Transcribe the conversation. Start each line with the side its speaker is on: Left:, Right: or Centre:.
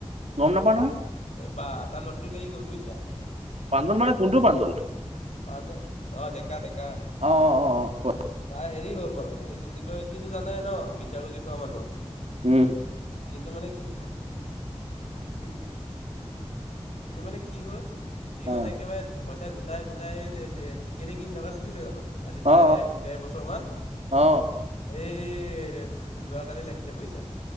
Right: গম নাপাও নহয়
Left: এই বা তাৰ লটাৰী লাগি গ'ল বুজিছা
Right: পাঞ্জল মানে কোনটো পাঞ্জল?
Left: পাঞ্জন অ'ডেকা ডেকা
Right: অ অ অ অ কোৱা
Left: তাই হেৰি হ'ল মানে এইটো কি বুলি কয় সিটো জানাই ন ভিক্ষাু খুজি খোৱা মানুহ।
Right: উম
Left: কিন্তু মানে কি কিন্তু কিন্তু মানে কি হ'ল সি
Right: অ অ
Left: মানে একেবাৰে পইচা গোটাই, গোটাই টিকেটেই কিনি থকা নাছিলে জানোঁ? আজি প্ৰায়
Right: অ
Left: এক দেৰ বছৰ মান
Right: অ অ
Left: এই এ, যোৱাকালি লাগিছে বুজিছা।